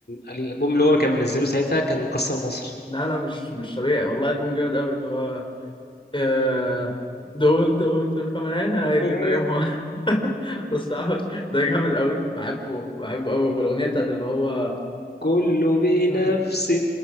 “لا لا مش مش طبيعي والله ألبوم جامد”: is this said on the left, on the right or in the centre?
Left